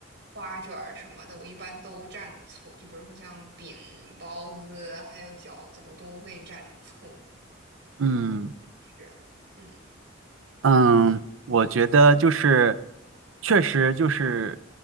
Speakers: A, on the right; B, on the right.
A: 花卷儿什么的，我一般都蘸醋。就比如说像饼、包子还有饺子，我都会蘸醋。
B: 嗯。
A: 是，嗯，
B: 嗯，我觉得就是，确实就是